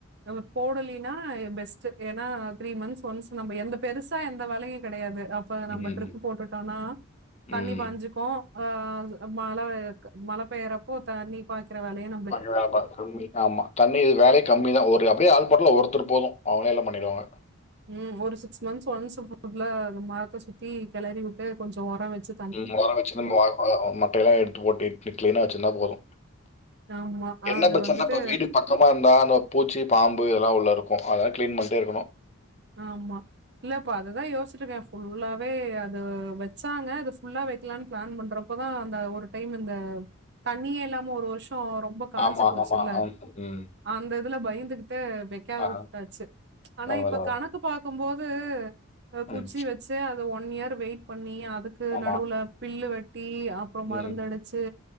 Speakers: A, on the right; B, on the left.
A: இவுத் போடலினா பெஸ்ட் ஏன்னா த்ரீ மந்த்ஸ் ஒன்ஸ் நம்ம எந்த பெருசா எந்த வேலையு கெடையாது அப்ப நம்ம
B: ம்.
A: ட்ரிப்பு போட்டுட்டோனா தண்ணி
B: ம்.
A: பாஞ்சுக்கு ஆ அ மழ இருக்க மழ பெய்றப்போ தண்ணி பாய்க்கிற வேலையு நம்
B: பண்ணுவாங்க திரும்பி ஆமா தண்ணி வேலையு கம்மி தா ஒரு அப்டியே ஆள் போட்டாலு ஒருத்தர் போது அவ்ங்களே எல்லா பண்ணிருவாங்க
A: ம் ஒரு சிக்ஸ் மந்த்ஸ் ஒன்ஸ் ஃப் <inaudible> ல மரத்த சுத்தி கெளறி விட்டு கொஞ்ச ஒர வெச்சு
B: ம் ஒரு வச்சிருந்து நம்ம வாங்குனா மட்டையெல்லா எடுத்து போட்டு கிளி கிளீனா வச்சிருந்தா போது
A: ஆமா
B: என்னப்
A: அது
B: பிரச்சன்னா
A: வந்துட்டு
B: இப்ப வீடு பக் க்கமா இருந்தா அந்த பூச்சி பாம்பு இதெல்லா உள்ள இருக்கு அதெல்லா கிளீன் பண்ட்டே இருக்கணு
A: ஆமா இல்ல இப்ப அதுதா யோசிட்ருக்கே ஃபுல்லாவே அது வச்சாங்க அது ஃபுல்லா வைக்கலான் பிளான் பண்றோ இப்பதா அந்த ஒரு டைம் இந்த தண்ணியே இல்லாம ஒரு வருஷோ ரொம்ப ரொம்ப காஞ்சு
B: ஆமா
A: போச்சில்ல
B: ஆமா ஆம் ம்
A: அந்த இதுல பயந்துகிட்டு வைக்காத
B: ஆ
A: உட்டாச்சி ஆனா
B: அவ்ளோதா
A: இப்ப கணக்கு பாக்குபோது அ குச்சி
B: ம்
A: வச்சி அத ஒன் இயர் வெயிட் பண்ணி அ இதுக்கு
B: ஆமா
A: நடுவுல பில்லு வெட்டி அப்புறோ மருந்த
B: ம்
A: அடிச்சி